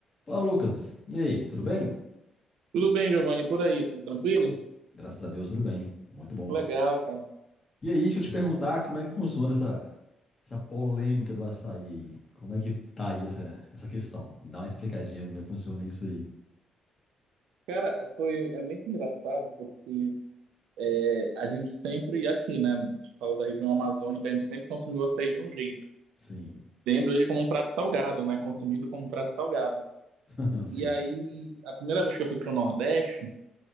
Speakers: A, on the left; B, on the right.
A: Fala, Lucas. E aí, tudo bem?
B: Tudo bem, Giovanni, por aí, tudo tranquilo?
A: Graças a Deus, tudo bem. Muito bom.
B: Legal, cara.
A: E aí, deixa eu te perguntar como é que funciona essa, essa polêmica do açaí aí. Como é que tá aí essa, essa questão? Me dá uma explicadinha como é que funciona isso aí.
B: Cara, foi, é muito engraçado porque é, a gente sempre, aqui, né, a gente falou da região amazônica, a gente sempre consumiu açaí de um jeito,
A: Sim,
B: tendo ele como um prato salgado, né, consumindo como um prato salgado.
A: <laughs> sim,
B: E aí, a primeira vez que eu fui pro Nordeste,